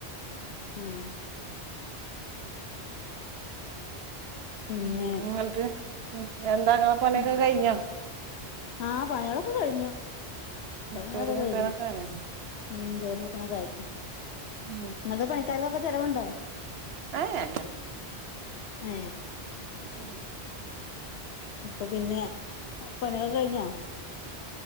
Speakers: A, on the left; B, on the right.
A: ആഹ് പിന്നെ
B: ഉം എന്നിട്ട് എന്താങ്ങളെ പണിയൊക്കെ
A: ഉം
B: കഴിഞ്ഞോ?
A: ആഹ് പണിയളൊക്കെ കഴിഞ്ഞു. പണിയൊക്കെ
B: ചോറും
A: കഴിഞ്ഞു
B: കൂട്ടാനൊക്കെ ആയോ
A: ഉം ചോറും കൂട്ടാനൊക്കായി.
B: ഉം
A: ഇങ്ങക്ക് പണിക്കാർക്കൊക്കെ ചെലവുണ്ടോ?
B: ആഹ്
A: ഏ.
B: ഉം
A: അപ്പൊ പിന്നെ പണിളൊക്കെ കഴിഞ്ഞോ?